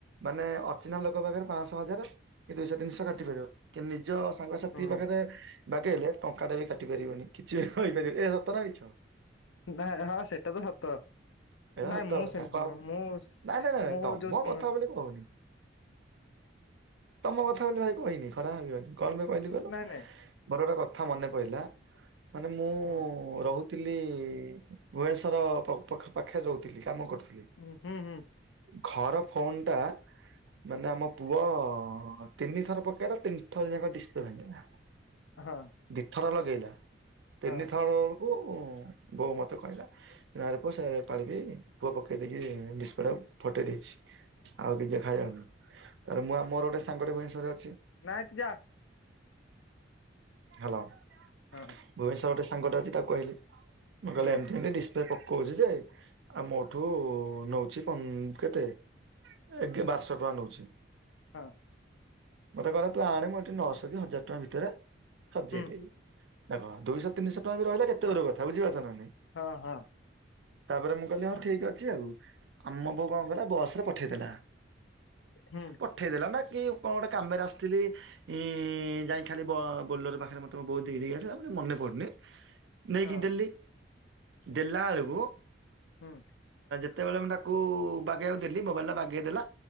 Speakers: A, on the right (about 70°); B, on the left (about 85°).
A: ମାନେ ଅଚିହ୍ନା ଲୋକ ପାଖରେ, ପାଞ୍ଚଶହ ହଜାର କି ଦୁଇଶହ, ତିନିଶହ କାଟି ପାରିବ, କିନ୍ତୁ ନିଜ ସାଙ୍ଗସାଥି
B: ହୁଁ
A: ପାଖରେ ବାଗେଇଲେ, ଟଙ୍କା ଟିଏ ବି କାଟି ପାରିବନି। କିଛି ବି କହିପାରିବନି। ଏହା ସତ। ନା ମିଛ?
B: ନା ହଁ, ସେଟା ତ ସତ।
A: ଏରା
B: ନାଇଁ
A: ସତ
B: ମୁଁ
A: କଥା
B: ସେମିତି
A: କ
B: ନୁହଁ। ମୁଁ, ସେ-ଯୋଉ
A: ନାଇଁ ନାଇଁ ନାଇଁ ତମ
B: ସାଙ୍ଗ
A: କଥା ବୋଲି କହୁନି। ତମ କଥା ଭାଇ କହିନି, ଖରାପ ଭାବିବନି। କଣ ପାଇଁ କହିଲି କହିଲ?
B: ନାଇଁ ନାଇଁ
A: ମୋର ଗୋଟେ କଥା ମନେ ପହିଲା ମାନେ, ମୁଁ
B: ହୁଁ
A: ରହୁଥିଲି ଭୁବନେଶ୍ୱର୍ ପ ପଖ-ପାଖରେ ରହୁଥିଲି। କାମ କରୁଥି
B: ହୁଁ, ହୁଁ ହୁଁ।
A: ଘର ଫୋନ୍ ଟା ମାନେ ଆମ ପୁଅ ହଁ। ତିନି ଥର ପକେଇଲା, ତିନି ଥର ଯାକ ଡିସ୍ପ୍ଲେ ଭାଙ୍ଗିଲା।
B: ହଁ
A: ଦିଥର ଲଗେଇଲା ତିନି
B: ହଁ
A: ଥର ବେଳକୁ, ବୋଉ ମତେ କହିଲା। ଆରେ ପୁଅ ସେ ପାଳିବି, ପୁଅ ପକେଇ ଦେଇକି ଡିସ୍ପ୍ଲେ ଟାକୁ ଫଟେଇ ଦେଇଛି, ଆଉ କିଛି ଦେଖ ଯାଉନି। ତା ପରେ ମୁଁ ଆଉ ମୋର ଗୋଟେ ସାଙ୍ଗ ଟେ ଭୁବନେଶ୍ବର
B: ନାଇ ତୁ ଯା।
A: ହାଲୋ। ଭୁବନେଶ୍ୱରର
B: ହଁ
A: ଗୋଟେ ସାଙ୍ଗଟେ ଅଛି ତାକୁ କହିଲି। ମୁଁ କହିଲି
B: ହୁଁ
A: ଏମିତି ଏମତି ଡିସ୍ପ୍ଲେ ପକେ କହୁଛି ଯେ ଆଉ ମୋଠୁ ନଉଛି ପ-କେତେ? ଏଗେ- ବାରଶହ ଟଙ୍କା ନଉଛି।
B: ହଁ।
A: ମତେ କହିଲା, ତୁ ଆଣେ ମୁଁ ଏଠି ନଶହ କି ହଜାର ଟଙ୍କା ଭିତରେ, ସଜେଇଦବି।
B: ହୁଁ
A: ଦେଖ ଦୁଇଶହ ତିନିଶହ ଟଙ୍କା ବି ରହିଲେ ବି କେତେ ଦୂର କଥା। ବୁଝିପାରୁଛ ନା? ନାଇଁ
B: ହଁ ହଁ।
A: ତାପରେ ମୁଁ କହିଲି ହଁ ଠିକ ଅଛି ଆଉ। ଆ ମୋ ବୋଉ କଣ କଲା ବସରେ ପ ପଠେଇଦେଲା।
B: ହୁଁ
A: ପଠେଇଦେଲା ନା କି କଣ, ଗୋଟେ କାମରେ ଆସିଥିଲି। ଇ, ଯାଇ ଖାଲି ବୋ-ବୋଲର ପାଖରେ ମୋତେ ମୋ ବୋଉ ଖାଲି ଦେଇ ଦେଇକି ଆସେ, ତ ମନେ ପଡୁନି। ନେଇକିଦେଲି।
B: ହଁ
A: ଦେଲାବେଳକୁ
B: ହୁଁ।
A: ଯେତେବେଳେ ମୁଁ ତାକୁ ବାଗେଇବାକୁ ଦେଲି, ମୋବାଇଲ୍ ଟା ବାଗେଇ ଦେଲା।